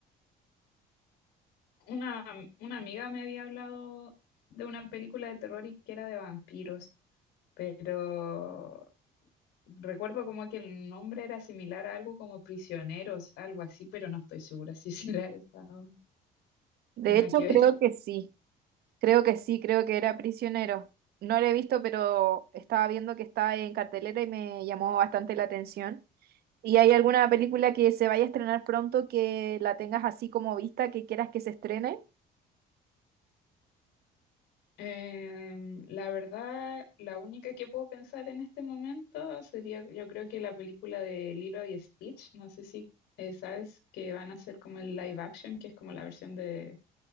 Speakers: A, on the left (about 85°); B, on the right (about 70°).
A: Una, una amiga me había hablado de una película de terror y que era de vampiros, pero recuerdo como que el nombre era similar a algo como Prisioneros, algo así, pero no estoy segura si <laughs> será esa o
B: De
A: o nada
B: hecho,
A: que
B: creo
A: ver.
B: que sí, creo que sí, creo que era Prisionero. No lo he visto, pero estaba viendo que está en cartelera y me llamó bastante la atención. ¿Y hay alguna película que se vaya a estrenar pronto que la tengas así como vista, que quieras que se estrene?
A: Em, la verdad, la única que puedo pensar en este momento sería, yo creo que la película de Lilo y Stitch, no sé si eh, sabes que van a hacer como el live action, que es como la versión de